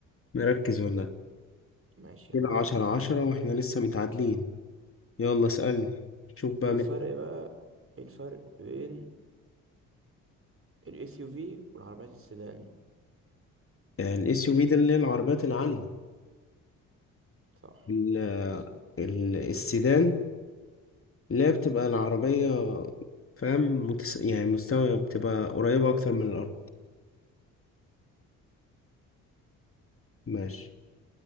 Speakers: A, on the left; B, on the right.
A: مركز ولا لأ
B: ماشي
A: كده
B: يا عم
A: عشرة عشرة وإحنا لسه متعادلين يلا اسألني شوف بقى
B: ايه الفرق بقى ايه الفرق بين الاس يو في والعربيات السيدان
A: الاس يو في ده اللي هي العربيات العالية
B: صح
A: ال-
B: بص
A: ال- السيدان اللي هي بتبقى العربية فاهم متس... يعني مستوية بتبقى قريبة أكتر من الأرض ماشي